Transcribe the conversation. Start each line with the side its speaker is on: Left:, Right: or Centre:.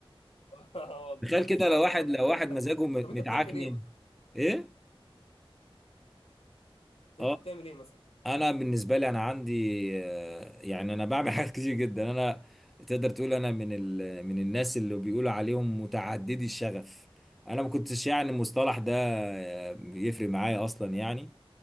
Left: <laughs> آه والله
Centre: تخيل كده
Left: بصراحه
Centre: لو واحد
Left: وانت
Centre: لو
Left: انت
Centre: واحد
Left: عندك
Centre: مزاجه
Left: حق
Centre: م-
Left: طب انت
Centre: متعكنن
Left: بتعمل ايه مثلا
Centre: ايه
Left: انت
Centre: اه
Left: بتعمل ايه مثلا
Centre: انا بالنسبه لي انا عندي آه، يعني انا بعمل حاجات كتير جدا انا تقدر تقول انا من ال... من الناس اللي بيقولوا عليهم متعددي الشغف انا ما كنتش يعني المصطلح ده آه، بيفرق معايا اصلا يعني